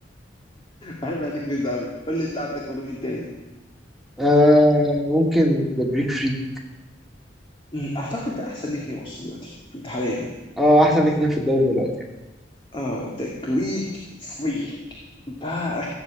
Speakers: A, on the left; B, in the centre.
A: بحب النيك نيم ده قوي قول لي انت عندك برضه مين تاني
B: آه ممكن ذا بريك فري
A: أمم، اعتقد ده احسن نيك نيم اصلا دلوقتي حاليا
B: اه احسن نيك نيم في الدوري دلوقتي
A: اه ذا جريك فريك ده